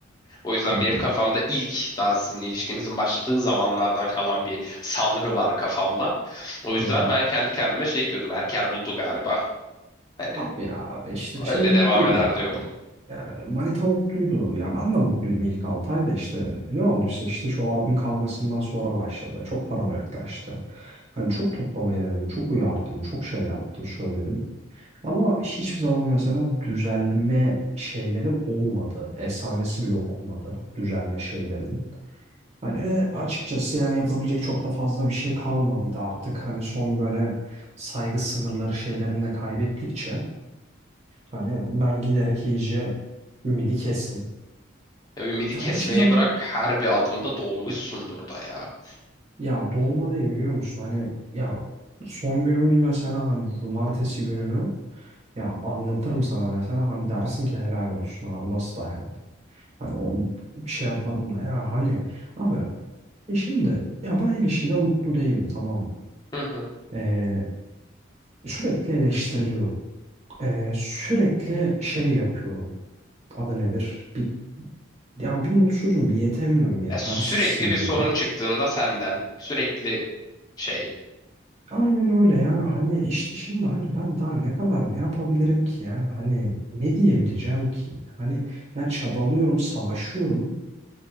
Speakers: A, on the left; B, on the right.
A: O yüzden
B: hı hı,
A: benim kafamda ilk daha sizin ilişkinizin başladığı zamanlardan kalan bir sanrı var kafamda. O yüzden
B: hı hı.
A: ben kendi kendime şey diyordum. Erker buldu galiba. Hani
B: Abi ya işte şey
A: öyle
B: mutluydu
A: devam eder
B: ya abi.
A: diyordum.
B: Yani manita mutluydu. Ya ben de mutluydum ilk 6 ayda işte. e, Ne olduysa işte şu abim kavgasından sonra başladı. Çok paranoyaklaştı. Hani çok toplamayı denedim. Çok uyardım. Çok şey yaptım. Söyledim. Ama hiçbir zaman mesela düzelme şeyleri olmadı. Esamesi bile okunmadı düzelme şeylerinin. Hani ve açıkçası yani yapabilecek çok da fazla bir şey kalmadıydı artık. Hani son böyle saygı sınırları şeylerini de kaybettikçe hani ben giderek iyice ümidi kestim.
A: Ya ümidi
B: Ya
A: kesmeyi
B: hiçbir zaman
A: bırak her bir adımda dolmuşsundur da ya.
B: ya dolma değil biliyor musun? Hani ya son günümüz mesela hani cumartesi gününü ya anlatırım sana mesela hani dersin ki helal olsun abi nasıl dayandı? Hani onu bir şey yaparım da ya hani abi e şimdi ya ben ilişkide mutlu değilim tamam mı?
A: Hı hı.
B: Ee, sürekli eleştiriliyorum. Ee, sürekli şey yapıyorum. Adı nedir? Bir, yani bir mutsuzum, bir yetemiyorum, yetersiz
A: Ya sürekli
B: seviyorum.
A: bir sorun çıktığında senden sürekli şey
B: Aynen öyle yani hani işte şimdi hani ben daha ne kadar ne yapabilirim ki yani hani ne diyebileceğim ki? Hani ya çabalıyorum, savaşıyorum.